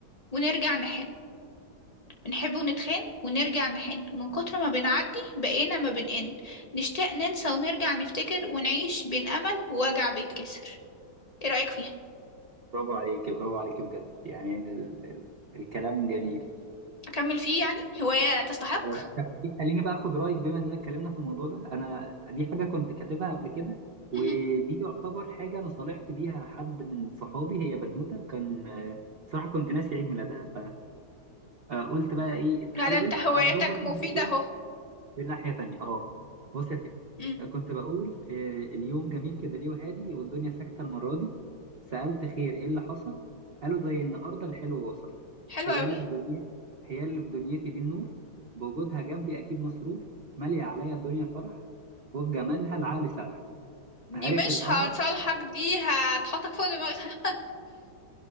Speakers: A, on the left (about 40°); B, on the right (about 50°).
A: ونرجع نحن بنحب ونتخان ونرجع نحن ومن كتر ما بنعدي بقينا ما بنقن نشتاق ننسى ونرجع نفتكر ونعيش بين أمل ووجع بيتكسر ايه رأيك فيها؟
B: برافو عليكي برافو عليكي بجد يعني ال... ال... الكلام جميل
A: أكمل فيه يعني هواية تستحق
B: طب خليني بقى اخد رايك بما اننا اتكلمنا في الموضوع ده انا دي حاجه كنت كاتبها قبل كده ودي
A: مهم.
B: يعتبر حاجه انا صالحت بيها حد من صحابي هي بنوته كان آه، بصراحه كنت ناسي عيد ميلادها فقلت بقى ايه
A: لا
B: حاولت
A: ده انت هوايتك
B: اظبط الموضوع
A: مفيدة اهو
B: دي ناحية تانية اه بص يا سيدي
A: مم.
B: كنت بقول آه، اليوم جميل كده ليه وهادي والدنيا ساكتة المرة دي سألت خير ايه اللي حصل قالوا زي النهاردة الحلو وصل
A: حلوة
B: هي
A: أوي
B: اللي في دنيتي هي اللي في دنيتي دي النور بوجودها جنبي أكيد مسرور مالية عليا الدنيا فرح وفي جمالها العقل سرح عرف
A: دي مش
B: القمر
A: هتصالحك دي هتحطك فوق دماغها